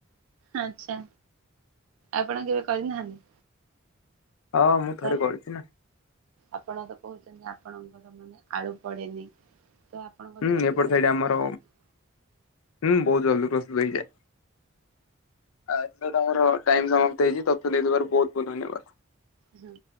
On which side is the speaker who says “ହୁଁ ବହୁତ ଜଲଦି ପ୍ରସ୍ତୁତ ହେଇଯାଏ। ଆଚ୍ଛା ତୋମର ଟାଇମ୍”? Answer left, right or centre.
Left